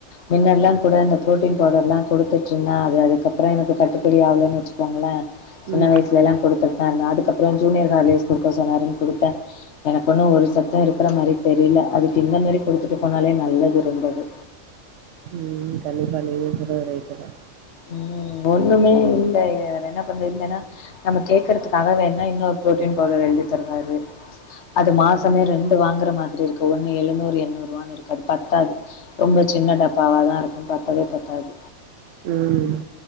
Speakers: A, on the left; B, on the right.
A: மின்னல்லா கூட இந்த ப்ரோட்டீன் பவுடர்லா குடுத்துட் ருந்தே அது அதுக்கப்றோ எனக்கு கட்டுப்படி ஆவலன் வெச்சுக்கோங்ளே சின்ன
B: ம்
A: வயசுல எல்லா குடுத் தே நா அதுக்கப்றோ ஜூனியர் ஹார்லிக்ஸ் குடுக்க சொன்னாருன் குடுத்தே எனக்கு ஒன்னு ஒரு சத்து இருக்கற மாரி தெரியில அதுக்கு இந்த மாரி குடுத்துட்டு போனாலே நல்லது ரொம்பவு
B: ம் கண்டிப்பா நீங்க சொல்றது ரைட்டு தா
A: ம் ஒன்னுமே இல்லையே வேற என்ன பண்றது இல்லன்னா நம்ம கேக்கறதுக்காக வேணா இன்னோரு ப்ரோட்டீன் பவுடரு எழுதி தருவாரு அது மாசமே
B: ஆமா
A: ரெண்டு வாங்கற மாதிரி இருக்கு ஒன்னு எழுநூறு, எண்ணூர்ரூவானுருக்கு அது பத்தாது ரொம்ப சின்ன டப்பாவா தா இருக்கு பத்தவே பத்தாது
B: ம்